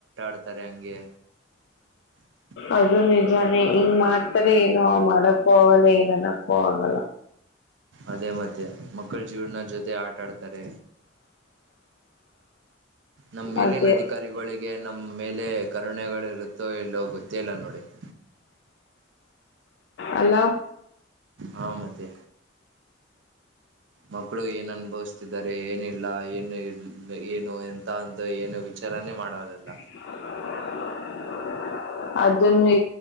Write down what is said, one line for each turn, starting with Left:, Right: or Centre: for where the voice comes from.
Right: ತಾರೆ ಅಗೆ <inaudible>
Left: ಅದು ನಿಜಾನೇ ಹಿಂಗ್ ಮಾಡ್ತಾರೆ ಏನು ಮಾಡಕ್ಕ ಆಗಲ್ಲ ಅನ್ನಕ್ಕು ಆಗಲ್ಲ.
Right: ಅದೇ ಮತ್ತೆ ಮಕ್ಕಳ ಜೀವನ ಜೊತೆ ಆಟ ಆಡ್ತಾರೆ ನಮ್ಮ ಮೇಲಿನಅದ
Left: ಅದೇ
Right: ಕಾರಿಗಳಿಗೆ ನಮ್ಮ ಮೇಲೆ ಕರುಣೆಗಳಿರುತ್ತೋ ಎಲ್ಲೋ ಗೊತ್ತೇ ಇಲ್ಲ ನೋಡಿ. -
Left: ಅಲೋ,
Right: ಹಾ, ಮತ್ತೆ ಮಕ್ಕಳು ಏನ್ ಅನುಭವಿಸತಿದ್ದಾರೆ ಏನಿಲ್ಲ ಏನು ಇ ಏನು ಎಂತ ಅಂತ ಏನು ವಿಚಾರಾನೇ ಮಾಡೋದಿಲ್ಲ.
Left: <inaudible> ಅದನ್ನೆ